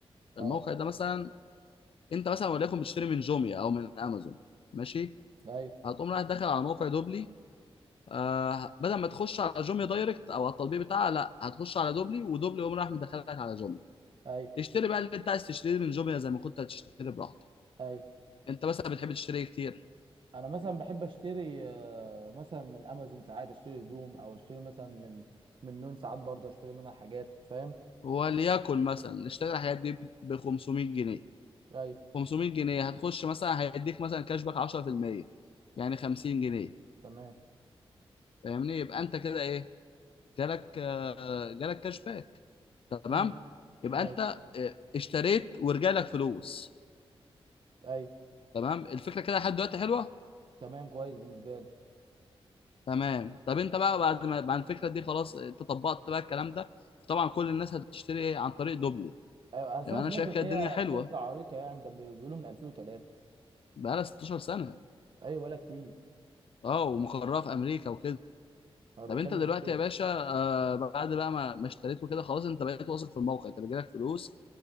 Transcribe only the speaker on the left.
الموقع
ده مثلا انت مثلا وليكن بتشتري من جوميا او من امازون ماشي
هتقوم رايح داخل على موقع دوبلي آه بدل ما تخش على جوميا دايركت او على التطبيق بتاعها لا هتخش على دوبلي ودوبلي يقوم رايح مدخلك على جوميا
اشتري بقى اللي انت عايز تشتريه من جوميا زي ما كنت هتشتري براحتك
انت مثلا بتحب تشتري إيه كتير
وليكن مثلا اشتري الحاجات دي ب 500 جنيه
500 جنيه هتخش مثلا هيديك مثلا كاشباك 10% يعني 50 جنيه
فاهمني يبقى انت كده ايه جالك آه، جالك كاشباك تمام
يبقى
انت آه، اشتريت ورجع لك فلوس
تمام الفكره كده لحد دلوقتي حلوه
تمام طب انت بقى بعد ما بعد الفكره دي خلاص انت طبقت بقى الكلام ده طبعا كل الناس هتشتري ايه عن طريق دوبلي
يبقى
انا
شايف
كده
الدنيا حلوه
بقى لها 16 سنه
اه ومقرها في امريكا وكده
طب انت دلوقتي
يا باشا آه بعد بقى ما ما اشتريت وكده خلاص انت بقيت واثق في الموقع انت بيجيلك فلوس